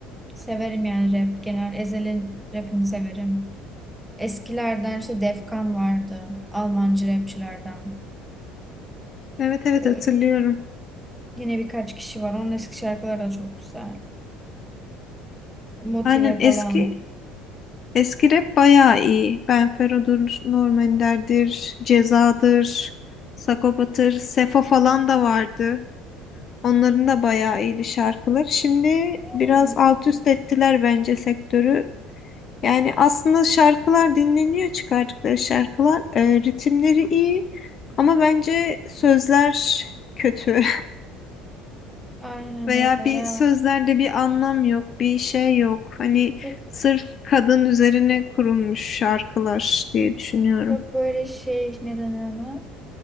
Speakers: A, in the centre; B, on the left.
A: Severim yani rap genel. Ezel'in rapini severim. Eskilerden işte Defkan vardı. Almancı rapçilerden.
B: Evet evet
A: Ee,
B: hatırlıyorum.
A: yine birkaç kişi var. Onun eski şarkıları da çok güzel. Motive
B: Aynen eski
A: falan.
B: eski rap bayağı iyi. Benfero'dur, Norm Ender'dir, Ceza'dır, Sagopa'dır, Sefo falan da vardı. Onların da bayağı iyiydi şarkılar. Şimdi
A: Yani
B: biraz alt üst ettiler bence sektörü. Yani aslında şarkılar dinleniyor çıkardıkları şarkılar. Ee, ritimleri iyi ama bence sözler kötü. <laughs>
A: aynen
B: Veya
A: öyle
B: bir
A: ya.
B: sözlerde bir anlam yok, bir şey yok. Hani
A: Çok
B: sırf kadın üzerine kurulmuş şarkılar diye düşünüyorum.
A: çok böyle şey ne denir ona?